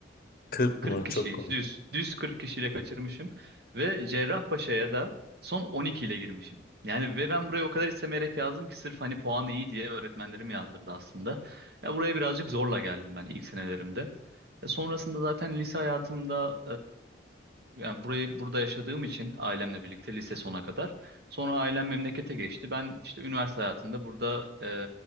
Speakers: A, on the left (about 50°); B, on the right (about 60°).
A: 40
B: 40
A: mı?
B: kişi
A: Çok komik.
B: düz. Düz 40 kişiyle kaçırmışım. Ve Cerrahpaşa'ya da son 12 ile girmişim. Yani ve ben buraya o kadar istemeyerek yazdım ki sırf hani puanı iyi diye öğretmenlerim yazdırdı aslında. Ya buraya birazcık zorla geldim ben ilk senelerimde. E, Sonrasında zaten lise hayatımda e, yani burayı burada yaşadığım için ailemle birlikte lise sona kadar. Sonra ailem memlekete geçti. Ben işte üniversite hayatında burada e,